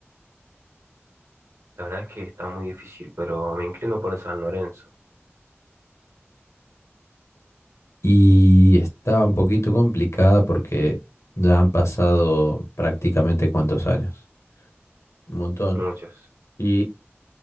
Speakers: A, on the right; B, on the left.
A: La verdad es que está muy difícil, pero me inclino por el San Lorenzo.
B: Y estaba un poquito complicada porque ya han pasado prácticamente cuántos años, un montón.
A: Muchos.
B: Y